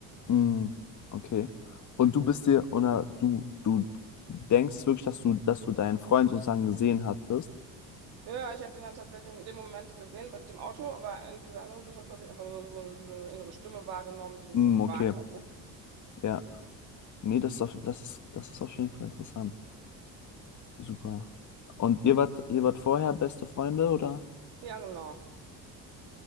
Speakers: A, on the left; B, on the right.
A: mm, okay. Und du bist dir, oder du, du denkst wirklich, dass du, dass du deinen Freund sozusagen gesehen hattest?
B: Ja, ich habe den dann tatsächlich in dem Moment gesehen mit dem Auto, aber in dieser anderen Situation habe ich einfach nur so, so, wie so eine innere Stimme wahrgenommen, die mich
A: Mm,
B: so gewarnt
A: okay,
B: hat, ne?
A: ja. Nee, das ist, auf, das ist, das ist auf jeden Fall interessant. Super. Und ihr wart, ihr wart vorher beste Freunde, oder?
B: Ja, genau.